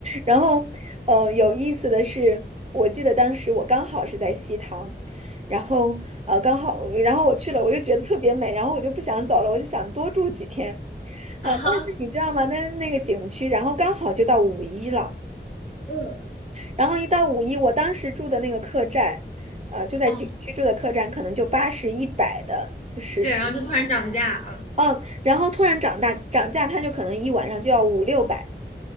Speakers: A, on the right; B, on the left.
A: 然后，呃，有意思的是，我记得当时我刚好是在西塘，然后呃刚好，然后我去了，我就觉得特别美，然后我就不想走了，我就想多住几天。呃，
B: 啊哈，
A: 但是你知道吗？那那个景区，然后刚好就到五一了，
B: 嗯
A: 然后一到五一，我当时住的那个客栈，呃，就在景区住的客栈，
B: 哦
A: 可能就八十一百的是是，
B: 对，然后就突然涨价了，
A: 嗯，然后突然涨大涨价，它就可能一晚上就要五六百。